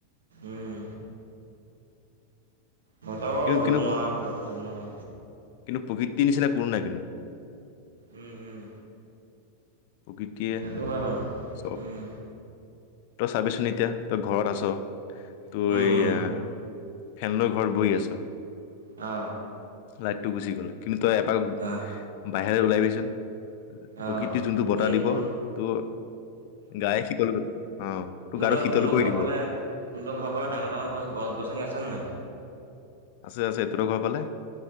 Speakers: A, on the right; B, on the left.
A: উম মইতো
B: কিন্তু
A: ধৰিব
B: কিন্তু
A: নোৱাৰা পতককৈ ধৰিব নোৱাৰা।
B: কিন্তু প্ৰকৃতিৰ নিচিনা কোনো নাই কিন্তু।
A: উম উম
B: প্ৰকৃতিয়ে
A: সেইটো হয় বাৰু
B: চব
A: উম।
B: তই চাবিচোন এতিয়া তই ঘৰত আছ। তোৰ
A: উম,
B: এই
A: উম,
B: এ ফেন লৈ ঘৰত বহি আছ
A: অ।
B: লাইটটো গুচি গ'ল কিন্তু তই এপাক
A: অ',
B: বাহেলে ওলাবিচোন প্ৰকৃতিৰ
A: অ'।
B: যোনটো বতাহ
A: এই
B: দিব
A: তোৰ
B: তোৰ গায় শিতল অ। তোৰ
A: তহত
B: গাটো শীতল
A: তহঁৰ
B: কৰি
A: ঘৰৰ
B: দিব
A: ফালে তহতৰ ঘৰৰ ফালে ডাঙৰ ডাঙৰ গছনি আছেনে নাই?
B: আছে আছে। টট ঘৰ ফালে?